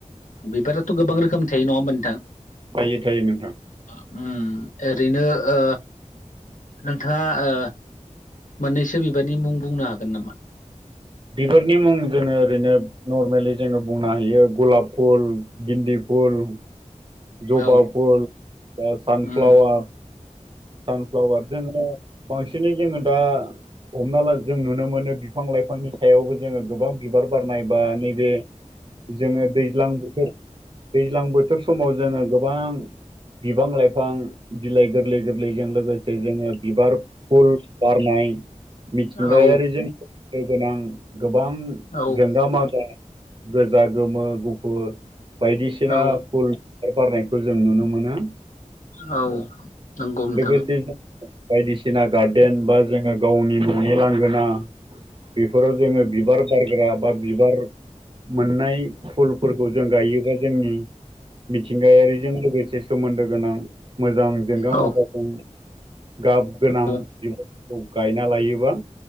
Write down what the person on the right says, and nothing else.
थायो थायो नोंथां।
बिबारनि मुं जोङो ओरैनो नर्मेलि जोङो बुंनो हायो गलाब फुल, गेन्दि फुल, जबा
फुल बा सानफ्लावार
सानफ्लावार जोङो बांसिनै जोङो दा हमना ला जों नुनो मोनो बिफां-लाइफांनि सायावबो जोङो गोबां बिबार बारनाय बा नैबे जोङो दैज्लां बोथोर दैज्लां बोथोर समाव जोङो गोबां बिफां-लाइफां बिलाइ गोरलै गोर लै जों लोगोसे जोङो बिबार फुल बारनाय मिथिंगायारिजों
दो गोनां गोबां
जोंगा मागा गोजा गोमो गुफुर बायदिसिना
फुल बिबार बारनायखौ जों नुनो मोनो।
लोगोसे जों बायदिसिना गार्देन बा जोङो गावनि न'नि लांगोना बेफोराव जोङो बिबार बारग्रा बा बिबार मोननाय फुलफोरखौ जों गायोबा जोंनि मिथिंगायारिजों लोगोसे सोमोन्दो गोनां मोजां जोंगा
मागा गो गाब गोनां
बिबारफोरखौ गायना लायोबा